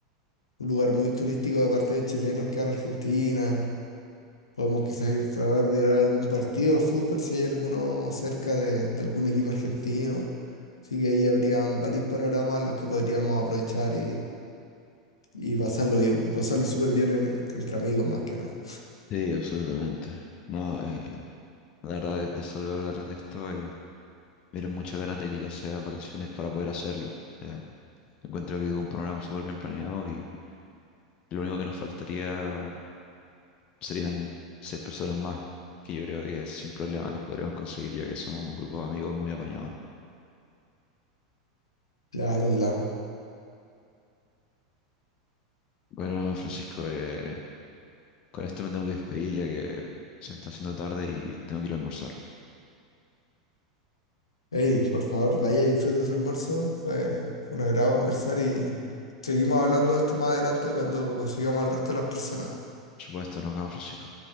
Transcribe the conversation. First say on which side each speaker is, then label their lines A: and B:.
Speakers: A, on the left; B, on the left.
A: un lugar muy turístico de parte de chilenos que van a Argentina. Podemos quizás ir a tratar de ir a algún partido de fútbol si hay alguno cerca de, de algún equipo argentino. Así que ahí habrían varios panoramas los que podríamos aprovechar y, y pasarlo bien- pasarlo súper bien en- entre amigos más que nada.
B: Sí, absolutamente. No, eh, La verdad, de, de solo hablar de esto, eh, me dieron muchas ganas de que ya sea vacaciones para poder hacerlo. Eh, encuentro que es un programa súper bien planeado y lo único que nos faltaría serían seis personas más, que yo creo que sin problema los podremos conseguir ya que somos un grupo de amigos muy apañador.
A: Claro, claro.
B: Bueno, Francisco, eh, con esto me tengo que despedir ya que se me está haciendo tarde y tengo que ir a almorzar.
A: Hey, por favor, vaya y disfrute de su almuerzo. Fue, fue un agrado conversar y seguimos hablando de esto más adelante cuando consigamos al resto de las personas.
B: Por supuesto, nos vemos, Francisco.